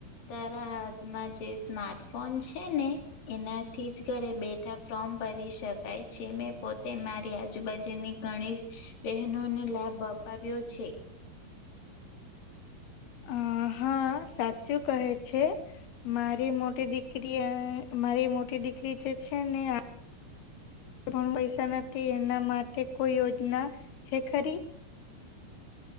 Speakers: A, on the left; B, on the left.
A: તારા હાથમાં જે સ્માર્ટફોન છે, ને એનાથી જ ઘરે બે ઠા ફોર્મ ભરી શકાય છે, મેં પોતે મારી આજુબાજુની ઘણી બે નો ને લાભ અપાવ્યો છે. <unintelligible> <inaudible>
B: અ હા સાચું કહે છે, મારી મોટી દીકરીએ. મારી મોટી દીકરી જે છે, ને
A: <unintelligible> <inaudible>
B: પણ પૈસા નથી, એના માટે કોઈ યોજના છે, ખરી